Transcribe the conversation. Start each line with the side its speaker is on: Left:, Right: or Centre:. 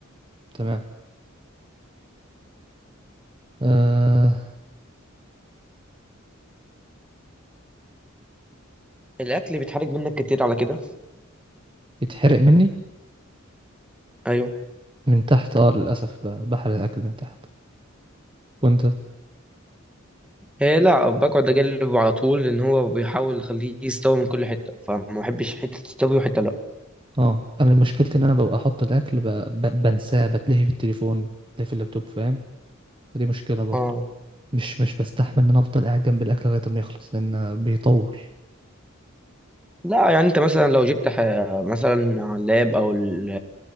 Right: تمام آه
Centre: الاكل بيتحرق منك كتير على كده
Right: يتحرق مني
Centre: ايوه
Right: من تحت اه للاسف ب- بحرق الاكل من تحت وانت
Centre: إيه لا بقعد اجلبه على طول لان هو بيحاول يخليه يستوي من كل حته فما بحبش حته تستوي وحته لا
Right: اه انا مشكلتي ان انا ببقى احط الاكل ب... ب... بنساه بتلهي في التليفون بتلهي في اللابتوب فاهم فدي مشكلة برضه
Centre: اه
Right: مش مش بستحمل ان انا افضل قاعد جنب الاكل لغاية ما يخلص لان بيطول
Centre: لا يعني انت مثلا لو جبت ح... مثلا على اللاب او ال...